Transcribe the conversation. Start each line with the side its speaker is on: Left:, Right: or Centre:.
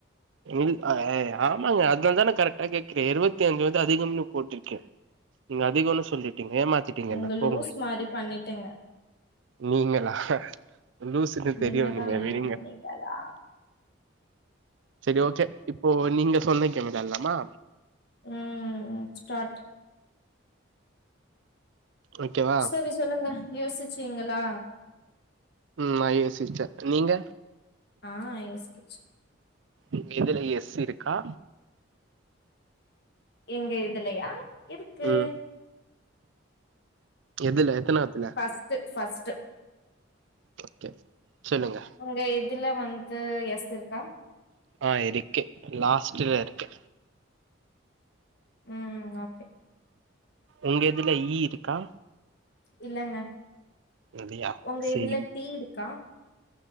Right: எழுத் அ அ ஆமாங்க அதுனாலதா நா கரெக்டா கேக்குறே இருவத்தஞ்சு வந்து அதிகம்ன்னு போட்டுருக்கே நீங்க அதிகம்ன்னு சொல்லிட்டீங்க ஏமாத்திட் டிங்கன
Left: நீங்க
Right: போங்க
Left: லூஸ் மாரி பண்ணிட்டீங்க
Right: நீங்களா லூசுன்னு தெரியு
Left: நீங்கதா
Right: நீங்க விடுங்க
Left: நீங்கதா
Right: செரி ஓகே இப்போ நீங்க சொன்ன கேம் வெளால்லாமா
Left: ம் ஸ்டார்ட்
Right: ஓகேவா?
Left: செரி சொல்லுங்க யோசிசீங்களா
Right: ம் நா யோசிச்சே நீங்க
Left: ஆ யோசிக்கிச்சு
Right: உங்க இதுல எஸ் இருக்கா
Left: எங்க இதுலயா இருக்கு
Right: ம் எதுல்ல எத்தனா எத்தில
Left: ஃபஸ்ட்டு ஃபஸ்ட்
Right: ஓகே சொல்லுங்க
Left: உங்க இதுல வந்து எஸ் இருக்கா
Right: ஆ இருக்கு லாஸ்ட்ல இருக்கு
Left: ம் ஓகே
Right: உங்க இதுல ஈ இருக்கா
Left: இல்லங்க
Right: இல்லையா
Left: உங்க
Right: சரி
Left: இதுல டீ இருக்கா